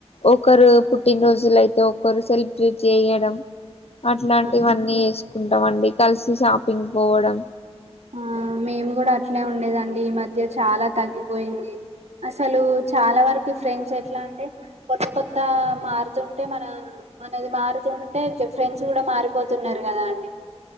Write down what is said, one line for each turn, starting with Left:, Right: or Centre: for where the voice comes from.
Left: ఒకరు పుట్టినరోజుల అయితే ఒక ఒకరు సెలబ్రేట్ చేయడం అట్లాంటివన్నీ
Right: ఆ
Left: చేసుకుంటాం అండి కలిసి షాపింగ్ పోవడం
Right: ఆ మేము కూడా అట్లే ఉండేదండి ఈ మధ్య చాలా తగ్గిపోయింది అసలు చాలా వరకు ఫ్రెండ్స్ ఎట్లా అంటే కొత్త కొత్త మార్తు ఉంటే మన మనది మారుతుంటే ఫ్రెండ్స్ కూడా మారిపోతున్నారు కదా అండి